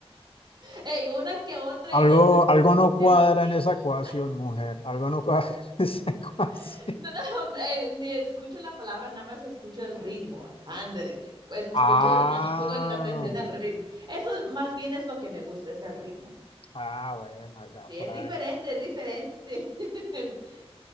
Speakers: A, on the right; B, on the left.
A: Ey, una que otra
B: Algo,
A: y es me,
B: algo no
A: me
B: cuadra
A: motivo.
B: en esa ecuación, mujer. Algo no cuadra <laughs> en esa ecuación.
A: <laughs> No, hombre, eh, ni escucho la palabra, nada más escucho el ritmo. ah, Ándele, escucho,
B: Ah,
A: nada más pongo la atención al ritmo. Eso más bien es lo que me gusta, es el ritmo.
B: ah, bueno, ya
A: Sí,
B: por
A: es
B: ahí.
A: diferente, es diferente. <laughs>